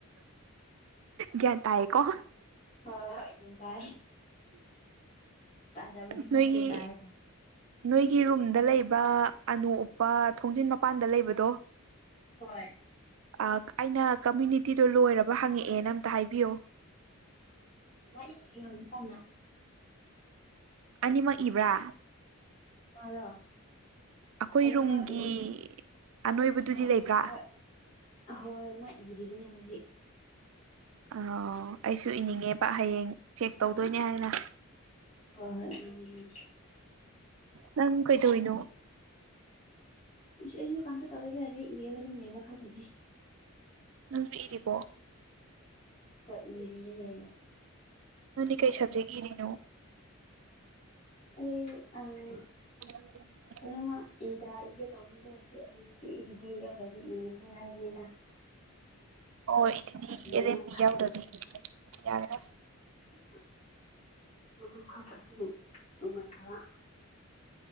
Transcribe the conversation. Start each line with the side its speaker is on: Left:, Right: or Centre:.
Right: ꯭ꯒ꯭ꯌꯥꯟ ꯇꯥꯏꯌꯦꯀꯣ꯫
Left: ꯍꯣ ꯍꯣꯏ ꯒ꯭ꯌꯟ ꯇꯥꯏ ꯇꯥꯗꯕꯗꯤ
Right: ꯅꯣꯏꯒꯤ
Left: ꯅꯠꯇꯦ ꯇꯥꯏ꯫
Right: ꯅꯣꯏꯒꯤ ꯔꯨꯝꯗ ꯂꯩꯕ ꯑꯅꯣꯞ ꯎꯞꯄ ꯊꯣꯡꯖꯤꯟ ꯃꯄꯥꯟꯗ ꯂꯩꯕꯗꯣ꯫
Left: ꯍꯣꯏ
Right: ꯑ ꯑꯩꯅ ꯀꯝꯃ꯭ꯌꯨꯅꯤꯇꯤꯗꯣ ꯂꯣꯏꯔꯕ ꯍꯪꯉꯛꯑꯦꯅ ꯑꯝꯇ ꯍꯥꯏꯕꯤꯌꯣ꯫
Left: ꯃꯥ ꯏꯔꯤ ꯍꯧꯖꯤꯛ ꯀꯥꯟꯅ꯫
Right: ꯑꯅꯤꯃꯛ ꯏꯕ꯭ꯔꯥ꯫
Left: ꯃꯥꯔꯣ꯫
Right: ꯑꯩꯈꯣꯏ
Left: ꯑꯅꯤꯃꯛ
Right: ꯔꯨꯝꯒꯤ
Left: ꯏ ꯍꯣ
Right: ꯑꯅꯣꯏꯕꯗꯨꯗꯤ
Left: ꯍꯣ
Right: ꯂꯩꯕ꯭ꯔꯥ
Left: ꯍꯣꯏ꯫ ꯑꯍꯣꯏ ꯃꯥ ꯏꯔꯤꯕꯅꯦ ꯍꯧꯖꯤꯛ꯫
Right: ꯑ ꯑꯩꯁꯨ ꯏꯅꯤꯡꯉꯦꯕ ꯍꯌꯦꯡ꯫ ꯆꯦꯛ ꯇꯧꯗꯣꯏꯅꯦ ꯍꯥꯏꯅ꯫
Left: ꯍꯣꯏ ꯍꯣꯏ ꯃꯥꯅꯦ ꯃꯥꯅꯦ
Right: ꯅꯪ ꯀꯩ ꯗꯣꯏꯅꯣ꯫
Left: ꯏꯁ ꯑꯩꯖꯨ ꯀꯝꯇ ꯇꯧꯗꯦꯗꯥ ꯂꯥꯏꯔꯤꯛ ꯏꯔꯒ ꯑꯗꯨꯝ ꯂꯦꯕ ꯈꯠꯇꯅꯤ꯫
Right: ꯅꯪꯖꯨ ꯏꯔꯤꯕꯣ꯫
Left: ꯍꯣꯏ ꯏꯔꯤꯌꯦ꯫
Right: ꯅꯪꯗꯤ ꯀꯩ ꯁꯕꯖꯦꯛ ꯏꯔꯤꯅꯣ
Left: <inaudible> ꯑꯩ ꯑꯥ
Right: <inaudible>
Left: ꯀꯩꯅꯣꯃꯥ ꯏꯟꯇ꯭ꯔꯥ ꯏꯒꯦ ꯇꯧꯕ ꯇꯧꯔꯁꯨ <unintelligible> ꯏꯗꯤ ꯌꯥꯎꯗ꯭ꯔꯥꯗꯤ ꯏꯅꯤꯡꯗ꯭ꯔꯦ ꯍꯥꯏꯕꯅꯤꯗꯥ
Right: ꯑꯣ ꯏꯗꯤꯗꯤ
Left: ꯏꯅꯤꯡꯉꯦ
Right: ꯑꯦꯜ ꯑꯦꯝ ꯄꯤ
Left: ꯈꯟꯕꯒꯤ
Right: ꯌꯥꯎꯗ꯭ꯔꯥꯗꯤ <inaudible> ꯌꯥꯔꯔꯣꯏ
Left: <unintelligible>